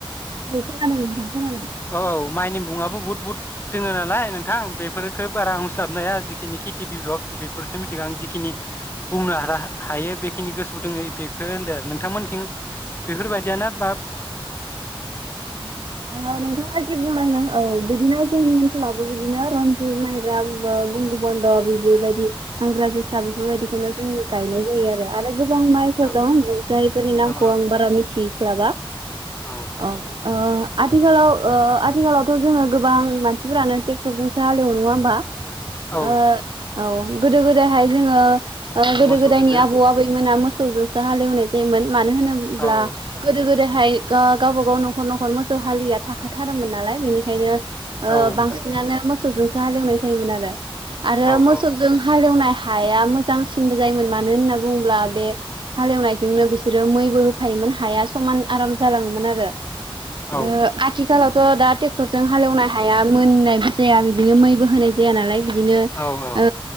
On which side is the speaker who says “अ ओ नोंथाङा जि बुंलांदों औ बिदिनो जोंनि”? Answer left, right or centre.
Right